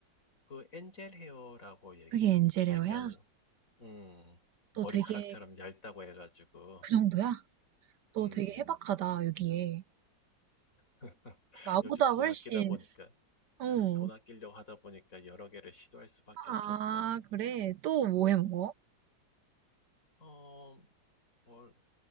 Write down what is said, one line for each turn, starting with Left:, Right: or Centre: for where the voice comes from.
Left: 그 엔젤 헤어라고 얘,
Right: 그게 엔젤레어야?
Left: 얘기하는 거. 음, 머리카락처럼
Right: 너 되게
Left: 얇다고 해가지고.
Right: 그 정도야? 너
Left: 음.
Right: 되게 해박하다, 여기에.
Left: <laughs>
Right: 나보다
Left: 요즘 돈
Right: 훨씬,
Left: 아끼다 보니까,
Right: 어.
Left: 돈 아끼려고 하다 보니까 여러 개를 시도할 수밖에
Right: 아,
Left: 없었어.
Right: 그래. 또 뭐해 먹어?
Left: 어, 뭘,